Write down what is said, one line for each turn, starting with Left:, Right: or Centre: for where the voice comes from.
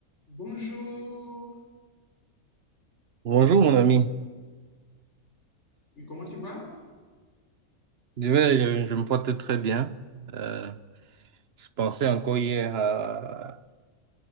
Left: Bonjour.
Right: Bonjour mon ami,
Left: Oui, comment tu vas?
Right: je vais, je, je me porte très bien. Euh, je pensais encore hier à